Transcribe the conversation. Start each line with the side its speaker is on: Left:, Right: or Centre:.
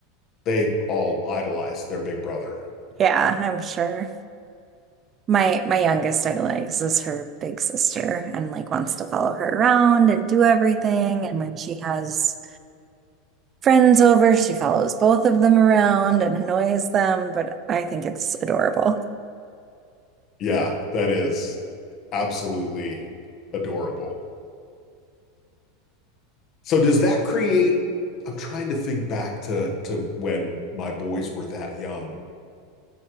Left: they all idolize their big brother.
Right: Yeah, I'm sure. My my youngest idolizes her big sister and like wants to follow her around and do everything. And when she has friends over, she follows both of them around and annoys them, but I think it's adorable.
Left: Yeah, that is absolutely adorable. So does that create, I'm trying to think back to to when my boys were that young.